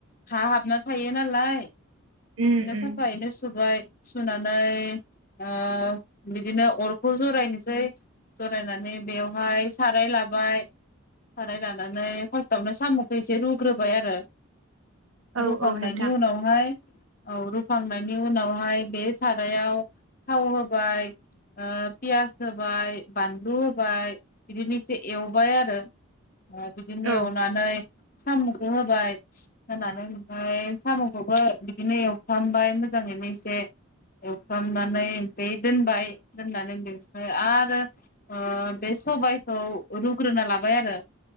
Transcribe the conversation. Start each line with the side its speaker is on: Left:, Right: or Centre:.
Left: हा हाबना थायो नालाय बिदिनो
Right: उम उम
Left: साफायैनो सुबाय सुनानै ओ बिदिनो अरखौ जरायनोसै जरायनानै बेवहाय साराय लाबाय साराय लानानै फार्स्टआवनो सामखौ एसे रुग्रोबाय आरो
Right: औ
Left: रुखांनायनि
Right: औ नोंथां
Left: उनावहाय औ रुखांनायनि उनावहाय बे सारायाव थाव होबाय ओ पियास होबाय बानलु होबाय बिदिनो एसे एवबाय आरो ओ बिदिनो
Right: औ
Left: एवनानै सामुख होबाय होनानै ओमफ्राय सामखौबो बिदिनो एवफ्रामबाय मोजाङैनो एसे एवफ्रामनानै बे दोनबाय दोननानै बेखौ आरो ओ बे सबायखौ रु ग्रोना लाबाय आरो